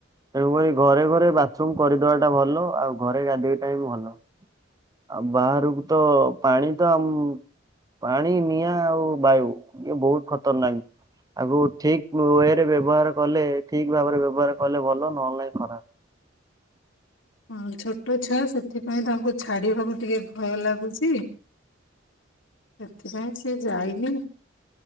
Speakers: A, on the right; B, on the left.
A: ତେଣୁକରି ଘରେ ଘରେ ବାଥରୁମ କରିଦବାଟା ଭଲ, ଆଉ ଘରେ ଗାଧେଇ ଟା ବି ଭଲ। ଆ ବାହାରକୁ ତ ପାଣି ତ ଆମ ପାଣି, ନିଆଁ ଆଉ ବାୟୁ ଇଏ ବହୁତ ଖତରନାକ। ଆଗକୁ ଠିକ ୱେ ରେ ବ୍ୟବହାର କଲେ ଠିକ ଭାବରେ ବ୍ୟବହାର କଲେ ଭଲ ନହେଲେ ନାହିଁ ଖରାପ।
B: ହଁ ଛୋଟ ଛୁଆ ସେଥିପାଇଁ ତାଙ୍କୁ ଛାଡିବାକୁ ଟିକେ ଭୟ ଲାଗୁଚି। ସେଥିପାଇଁ ସିଏ ଯାଇନି,